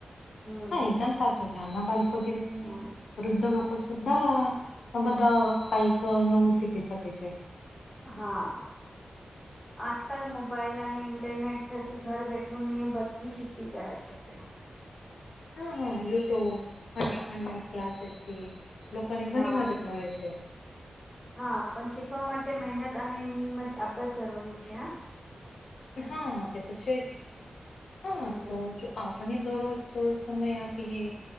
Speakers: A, in the centre; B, on the left.
A: હમ
B: હા એકદમ સાચું નાના બાળકો થી લઈને
A: હમ
B: વૃદ્ધ લોકો સુધા બધા કઈક નવું શીખી શકે છે.
A: હા આજકાલ મોબાઈલ અને ઇન્ટરનેટ થકી ઘર બેઠું ને બધી શીખી જાય શકે
B: હા હા યુટ્યુબ અને ઓનલાઈન ક્લાસીસ થી લોકોને
A: હા
B: ઘણી મદદ મળે છે.
A: હા પણ શીખવા માટે મહેનત અને નિયમત આ બધું જરૂરી છે હ
B: હા તે તો છે જ હા
A: હમ
B: તો જો આપને દરરોજ થોડો સમય આપીએ